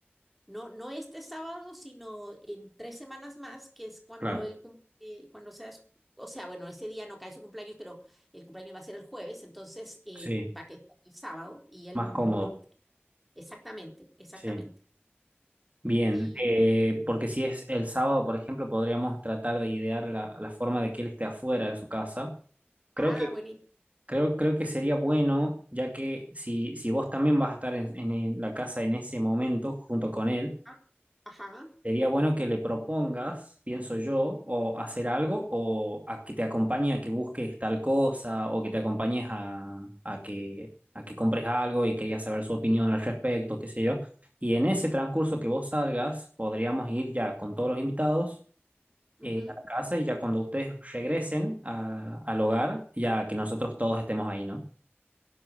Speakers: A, in the centre; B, on the right.
A: No, no este sábado, sino en tres semanas más, que es cuando
B: claro,
A: él cum- eh, cuando sea su- o sea, bueno, ese día no cae su cumpleaños, pero el cumpleaños va a ser el jueves, entonces eh,
B: sí,
A: para que sea el sábado y él
B: más cómodo.
A: no, exactamente, exactamente.
B: sí. Bien,
A: Y,
B: eh, porque si es el sábado, por ejemplo, podríamos tratar de idear la, la forma de que él esté afuera de su casa. Creo
A: ah,
B: que,
A: bueno, y-
B: creo, creo que sería bueno, ya que si, si vos también vas a estar en, en el- la casa en ese momento junto con él,
A: ah, ajá,
B: Sería bueno que le propongas, pienso yo, o hacer algo, o a que te acompañe a que busques tal cosa, o que te acompañes a, a que, a que compres algo y querías saber su opinión al respecto, qué sé yo. Y en ese transcurso que vos salgas, podríamos ir ya con todos los invitados
A: ujú.
B: eh, a la casa y ya cuando ustedes regresen a- al hogar, ya que nosotros todos estemos ahí, ¿no?